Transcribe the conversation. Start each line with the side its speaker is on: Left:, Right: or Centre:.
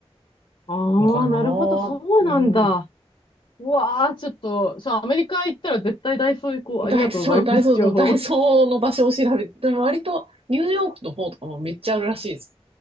Left: ああ、
Right: のかな。
Left: なるほど。そうなんだ。
Right: うん。
Left: うわあ、ちょっと、そう、アメリカ行ったら絶対ダイソー行こう。ありがとうございます、
Right: ダイソー、ダイソーの、
Left: 情報。
Right: ダイソーの場所を調べて、でも割とニューヨークの方とかもめっちゃあるらしいです。